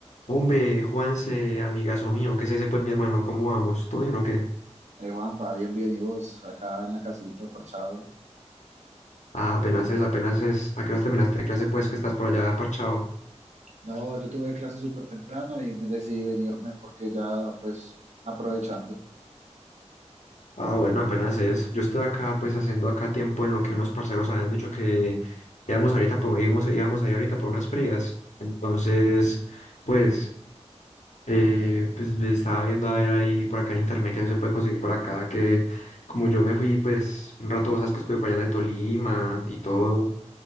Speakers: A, on the left; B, on the right.
A: Hombre, Juanse, amigazo mío, ¿qué se dice pues mi hermano? ¿Cómo vamos? ¿Todo bien o qué?
B: Eh, Juanpa, bien, bien, ¿y vos? Acá en la casita, parchado.
A: Ah, apenas es, apenas es. ¿A qué hora terminaste de clase pues que estás por allá parchado?
B: No, yo tuve clase súper temprano y me decidí venirme porque ya, pues, aprovechando.
A: Ah, bueno, apenas es. Yo estoy acá pues haciendo acá tiempo en lo que unos parceros habían dicho que íbamos ahorita por, íbamos, íbamos ahí ahorita por unas frías. Entonces, pues, eh, pues estaba viendo a ver ahí por acá en internet que se puede conseguir por acá, que como yo me fui pues un rato, vos sabes que estuve por allá en el Tolima y todo.